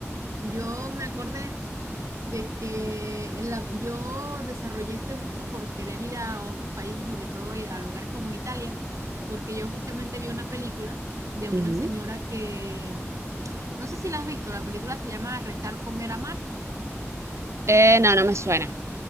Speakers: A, on the right; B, on the right.
A: yo me acordé de que en la- yo desarrollé este gusto por querer ir a otros países, sobre todo a, a lugares como Italia, porque yo justamente vi una película de una
B: Ujú.
A: señora que, no sé si la has visto, la película se llama Rezar, comer, amar.
B: Eh, no, no me suena.